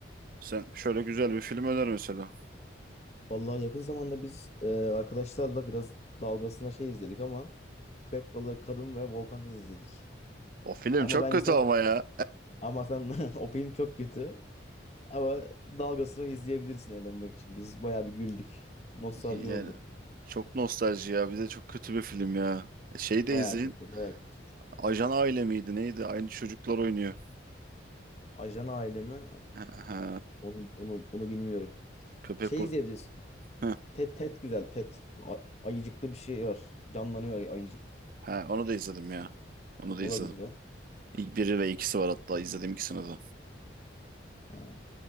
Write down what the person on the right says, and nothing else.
Sen şöyle güzel bir film öner mesela.
O film
çok
kötü
ama ya.
Yani
çok nostalji ya bir de çok kötü bir film ya. Şey de
izleyin.
Ajan Aile miydi neydi? Aynı çocuklar oynuyor.
Ha, ha.
Köpek
Heh,
ha, onu da izledim ya. Onu da
izledim.
İlk biri ve ikisi var hatta izlediğim ikisini de.